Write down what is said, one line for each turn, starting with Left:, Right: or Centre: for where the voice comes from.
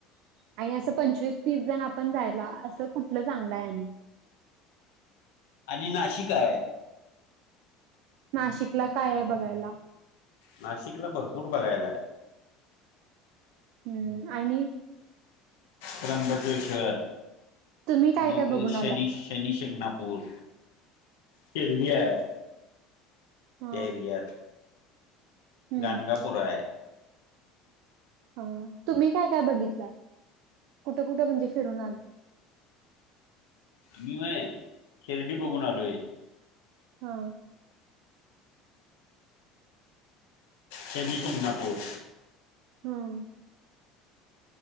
Right: आणि असं पंचवीस तीस जण आपण जायला असं कुठ कुटल चांगलं हाय आणि?
Left: आणि नाशिक हाय.
Right: नाशिकला काय आहे बघायला.
Left: नाशिकला भरपूर बघायलाय हाय.
Right: हम्म आणि
Left: त्रमबकेश्वर
Right: तुम्ही काय
Left: मग
Right: काय बघून
Left: शनीश
Right: आलाय
Left: शनीशिंगणापूर शिर्डी हाय.
Right: ह
Left: त्या एरियात
Right: हम्म
Left: गंगापुर हाय.
Right: ह तुम्ही काय काय बघितलाय? कुठं कुठं म्हणजे फिरून आलंय.
Left: मीव्हाय, शिर्डी बघून आलोय.
Right: हा.
Left: शनीशिंगणापूर.
Right: हम्म.